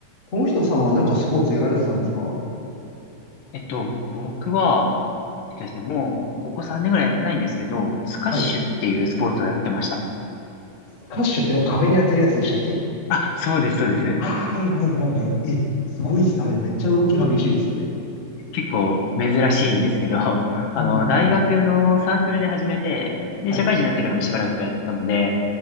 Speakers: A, on the left (about 40°); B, on the left (about 80°).
A: 友人さんはなんかスポーツやられてたんですかは
B: えっと、僕は、えっとですね、もう、ここ3年ぐらいやってないんですけど、スカッシュっていうスポーツをやってました。
A: い。スカッシュってね、壁に当てるやつでしたっけ
B: あ、そうです、そうです。
A: ああ、はいはいはいはい。え、すごいですね。あれめっちゃ動き激しいですよね。
B: 結構珍しいんですけど、<laughs> あの、
A: うんうん
B: 大学のサークルで始めて、で、
A: はい。
B: 社会人になってからもしばらくやってたので、